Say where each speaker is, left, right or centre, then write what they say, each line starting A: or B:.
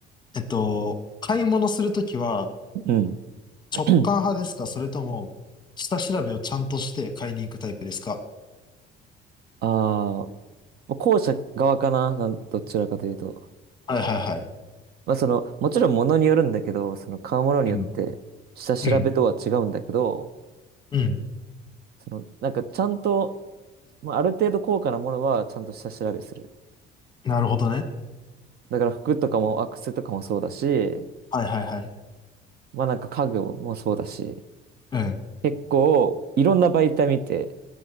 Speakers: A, on the left; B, on the right.
A: えっと、買い物するときは
B: う。うん。<clears throat>
A: 直感派ですかそれとも下調べをちゃんとして買いに行くタイプですか
B: ああ、まあ後者側かな、なんどちらかというと。
A: はいはいはい。
B: まあその、もちろん物によるんだけど、その買うものによって下調べとは違うんだけど、
A: うん。うん。うん
B: その、なんかちゃんと、まあある程度高価なものはちゃんと下調べする。
A: なるほどね。
B: だから服とかも、アクセとかもそうだし、
A: はいはいはい。
B: まあなんか家具もそうだし、
A: うん。
B: 結構いろんな媒体見て、